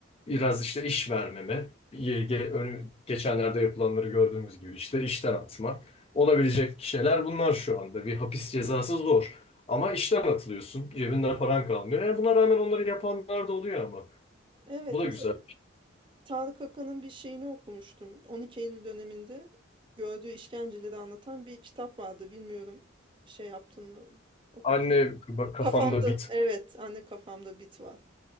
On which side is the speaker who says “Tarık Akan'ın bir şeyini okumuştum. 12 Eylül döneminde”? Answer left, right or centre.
Right